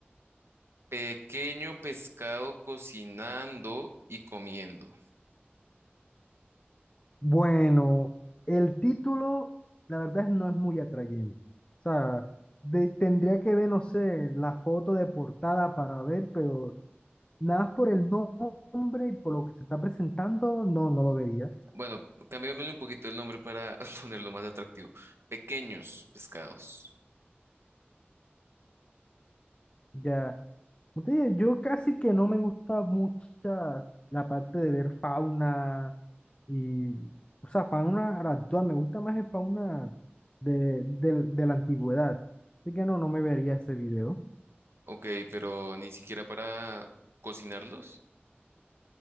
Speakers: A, on the right; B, on the left.
A: Pequeño pescado cocinando y comiendo.
B: Bueno, el título la verdad no es muy atrayente, o sea, de- tendría que ver, no sé, la foto de portada para ver, pero Nada más por el no- nombre y por lo que se está presentando, no, no lo vería.
A: Bueno, cambiámosle un poquito el nombre para <laughs> ponerlo más atractivo. Pequeños pescados.
B: Ya, como te digo, yo casi que no me gusta mucho la parte de ver fauna y, o sea, fauna actual, me gusta más el fauna de, de, de la antigüedad. Así que no, no me vería ese video.
A: Ok, pero ni siquiera para cocinarlos.